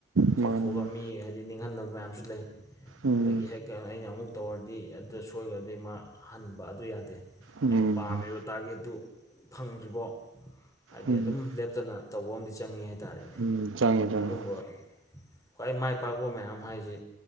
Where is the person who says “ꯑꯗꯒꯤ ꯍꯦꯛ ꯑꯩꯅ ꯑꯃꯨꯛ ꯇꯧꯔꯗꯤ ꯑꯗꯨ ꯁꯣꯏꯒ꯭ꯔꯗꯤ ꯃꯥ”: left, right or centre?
Left